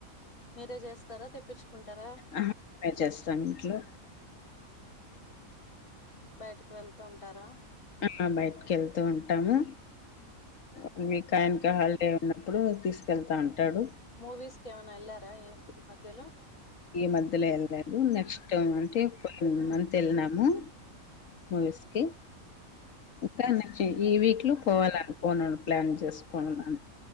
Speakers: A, on the left; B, on the left.
A: మీరే చేస్తారా తెప్పిచ్చుకుంటార?
B: ఆహా మేం చేస్తాం ఇంట్లో
A: బయటకి వెళ్తూ ఉంటార?
B: ఆ బయటకి వెళ్తూ ఉంటాము. వన్ వీక్ ఆయనకి హాలిడే ఉన్నప్పుడు తీసుకెళ్తాంటాడు.
A: మూవీస్ కి ఏమన్న ఎల్లారా ఏ ఈ మధ్యలో
B: ఈ మధ్యలో ఎళ్లేదు నెక్స్ట్ అంటే పోయిన మంత్ ఎళ్ళినాము మూవీస్ కి ఇకనుంచి ఈ వీక్ లో పోవాలనుకోని ప్లాన్ చేసుకోనున్నాను.